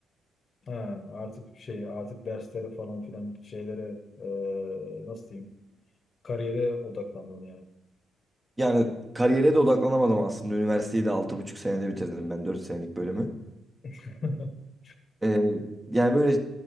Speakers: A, on the left (about 45°); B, on the right (about 15°).
A: Ha, artık şey artık derslere falan filan şeylere ee, nasıl diyeyim? Kariyere odaklandın yani.
B: Yani kariyere de odaklanamadım aslında. Üniversiteyi de altı buçuk senede bitirdim ben 4 senelik bölümü.
A: <laughs>
B: Ee, yani böyle